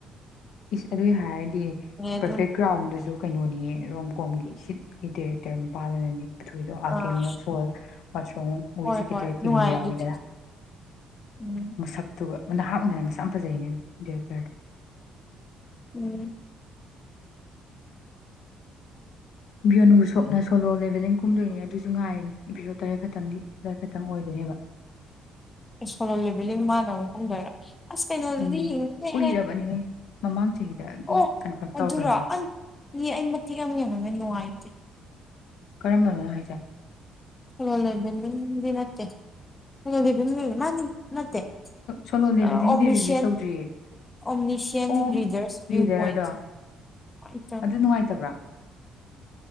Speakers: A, on the left (about 75°); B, on the left (about 20°).
A: ꯏꯁ ꯑꯗꯨꯏ ꯍꯥꯏꯔꯗꯤ
B: ꯑꯗꯨꯝ
A: ꯄꯔꯐꯦꯛ ꯔꯥꯎꯟꯗꯁꯨ ꯀꯩꯅꯣꯅꯤꯌꯦ ꯔꯣꯝ ꯀꯣꯝꯒꯤ ꯁꯤꯠ ꯒꯤ ꯗꯤꯔꯦꯛꯇꯅ ꯅꯨꯄꯥꯗꯅꯅꯤ ꯄꯨꯊꯣꯛꯏꯗꯣ ꯑꯜꯀꯦꯃꯤ
B: ꯑꯥ
A: ꯑꯣꯞ ꯁꯣꯝ ꯋꯥꯠꯁ ꯔꯣꯡ ꯋꯤꯠ
B: ꯍꯣꯏ
A: ꯁꯦꯀꯦꯇꯔꯤ
B: ꯍꯣꯏ
A: ꯀꯤꯝꯒ
B: ꯅꯨꯡꯉꯥꯏ
A: ꯌꯥꯎꯗꯕ
B: ꯑꯗꯨꯗꯤ ꯎꯝ
A: ꯃꯁꯛꯇꯨꯒ ꯑꯩꯅ ꯍꯥꯏꯕ ꯃꯁꯛ ꯌꯥꯝ ꯐꯖꯩꯅ ꯗꯤꯔꯦꯛꯇꯔꯗꯣ
B: ꯎꯝ
A: <unintelligible> ꯁꯣꯂꯣ ꯂꯦꯚꯦꯂꯡ ꯀꯨꯝꯗꯣꯏꯅꯦ ꯑꯗꯨꯁꯨ ꯉꯥꯏꯅꯦ ꯑꯦꯄꯤꯁꯣꯠ ꯇꯔꯦꯠ ꯈꯛꯇꯪꯗꯤ ꯇꯔꯦꯠ ꯈꯛꯇꯪ ꯑꯣꯏꯗꯣꯏꯅꯦꯕ
B: ꯑꯦ ꯁꯂꯣ ꯂꯦꯕꯦꯜꯅ ꯃꯥꯥꯟꯅꯃꯨꯛ ꯀꯨꯝꯗꯣꯏꯔ ꯑꯁ ꯀꯩꯅꯣꯗꯨꯗꯤ
A: ꯎꯝ
B: ꯌꯦꯡꯉꯗꯦꯍꯦꯟ
A: ꯀꯨꯏꯔꯕꯅꯦꯍꯦ ꯃꯃꯥꯡ ꯆꯍꯤꯗꯒꯤ
B: ꯑꯣ
A: ꯀꯟꯐꯥꯔꯝ ꯇꯧꯈ꯭ꯔꯕꯅꯦꯕ
B: ꯑꯗꯨꯔꯣ ꯑꯩ ꯃꯇꯦꯛ ꯑꯃ ꯌꯦꯡꯉꯝꯗ ꯅꯨꯡꯉꯥꯏꯇꯦ
A: ꯀꯔꯝꯕꯅꯣ ꯍꯥꯏꯁꯦ
B: ꯁꯜ ꯗꯤ ꯅꯠꯇꯦ ꯑꯗꯨ ꯃꯥꯅꯤ ꯅꯠꯇꯦ
A: ꯁꯣꯂꯣ ꯂꯤꯚꯤꯗꯤꯡꯗꯤ
B: ꯑꯣꯝꯅꯤꯁꯤꯌꯟ
A: ꯔꯤꯂꯤꯁ ꯇꯧꯗ꯭ꯔꯤꯌꯦ
B: ꯑꯣꯝꯅꯤꯁꯤꯌꯟ
A: ꯑꯣ
B: ꯔꯤꯗꯔꯁ ꯚ꯭ꯌꯨ
A: ꯔꯤꯗꯔꯗ
B: ꯄꯣꯏꯟ ꯑꯩ
A: ꯑꯗꯨ ꯅꯨꯡꯉꯥꯏꯇꯕ꯭ꯔꯥ